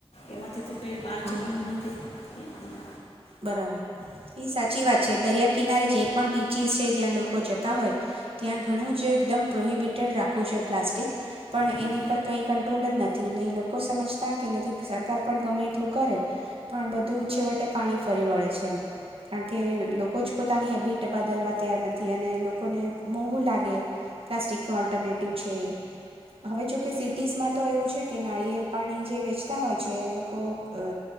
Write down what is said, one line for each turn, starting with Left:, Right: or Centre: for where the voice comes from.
Left: એમાંથી તો કઈ બહાર
Right: હા
Left: જવાનું નથી. હમ, હમ, હમ, હમ,
Right: બરાબર, ઈ સાચી વાત છે. દરિયા કિનારે જે પણ બીચિસ છે જ્યાં લોકો જતા હોય ત્યાં ઘણું જો એકદમ પ્રોહિબિટેડ રાખવું જોઈએ, પ્લાસ્ટિક પણ
Left: હમ, હમ, હમ,
Right: એની પર કઈ કંટ્રોલ જ નથી, નહી લોકો સમજતા કે નથી સરકાર પણ ગમે એટલું કરે પણ બધું છેવટે પાણી ફરી વળે છે એમ કારણ કે લોકો જ પોતાની હેબિટ બદલવા તૈયાર નથી અને લોકોને મોંઘું લાગે પ્લાસ્ટિકનો ઓલ્ટરનેટિવ છે એ હવે જોકે સિટીઝમાં તો એવું છે કે નાળિયેર પાણી જે વેચતા હોય છે એ લોકો અ